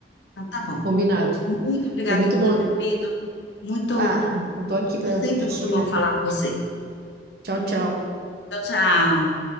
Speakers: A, on the left; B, on the right.
A: Então tá bom.
B: Combinado.
A: Muito obrigada
B: Foi muito
A: por
B: bom.
A: ter me ouvido. Muito,
B: Ah, eu tô aqui para
A: sempre
B: ti,
A: muito bom
B: né?
A: falar com você.
B: Tchau, tchau.
A: Tchau, tchau.